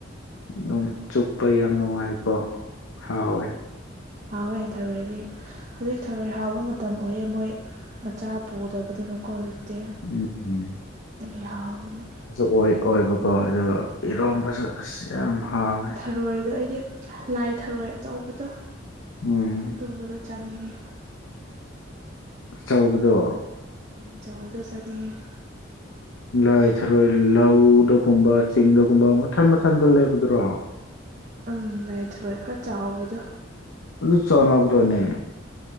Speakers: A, on the left; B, on the right.
A: ꯑꯗꯨꯝ ꯆꯨꯞꯄ ꯌꯥꯝ ꯅꯨꯡꯉꯥꯏꯀꯣ ꯍꯥꯎꯋꯦ
B: ꯎꯝ ꯍꯥꯎꯋꯦ ꯊꯔꯣꯏꯗꯤ ꯍꯧꯖꯤꯛ ꯊꯔꯣꯏ ꯍꯥꯎꯕ ꯃꯇꯝ ꯑꯣꯏꯌꯦ ꯃꯣꯏ ꯃꯆꯥ ꯄꯨꯗꯕꯗꯤ ꯃꯀꯣ ꯇꯦ
A: ꯎꯝ
B: ꯑꯗꯒꯤ ꯍꯥꯎꯕꯅꯤ
A: ꯑꯣꯏ ꯑꯣꯏꯕꯀꯣ ꯑꯗꯨꯒ ꯏꯔꯣꯝꯕꯁꯨ ꯑꯁ ꯌꯥꯝ ꯍꯥꯎꯋꯦ
B: ꯊꯔꯣꯏꯗꯣ ꯑꯩꯗꯤ ꯂꯥꯏ ꯊꯔꯣꯏ ꯑꯆꯧꯕꯗꯣ
A: ꯎꯝ
B: ꯑꯗꯨꯝꯕꯗꯣ ꯆꯥꯅꯤꯡꯉꯤ
A: ꯑꯆꯧꯕꯗꯣ
B: ꯑꯆꯧꯕꯗꯨ ꯆꯠꯅꯤꯡꯉꯦ
A: ꯂꯥꯏ ꯊꯔꯣꯏ ꯂꯧꯗꯒꯨꯝꯕ ꯆꯤꯡꯗꯒꯨꯝꯕ ꯃꯊꯟ ꯃꯊꯟꯇ ꯂꯩꯕꯗꯨꯔꯣ
B: ꯎꯝ ꯂꯥꯏꯊꯔꯣꯏ ꯈꯔ ꯆꯥꯎꯕꯗꯣ
A: ꯑꯗꯨ ꯆꯥꯅꯕ꯭ꯔꯣꯅꯦ